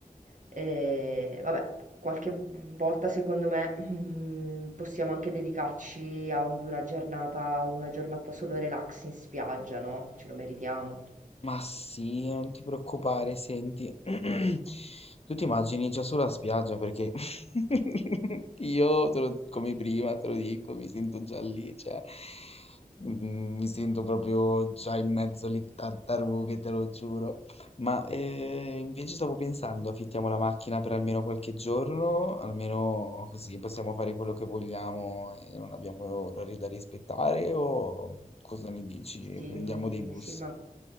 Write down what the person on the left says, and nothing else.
Ma sì, non ti preoccupare, senti, <clears throat> tu ti immagini già sulla spiaggia perché <laughs> io, te lo- come prima, te lo dico, mi sento già lì, cioè, mm, mi sento proprio già in mezzo alle tartarughe, te lo giuro. Ma eh, invece stavo pensando, affittiamo la macchina per almeno qualche giorno, almeno così possiamo fare quello che vogliamo e non abbiamo orari da rispettare, o cosa ne dici?
Prendiamo dei bus?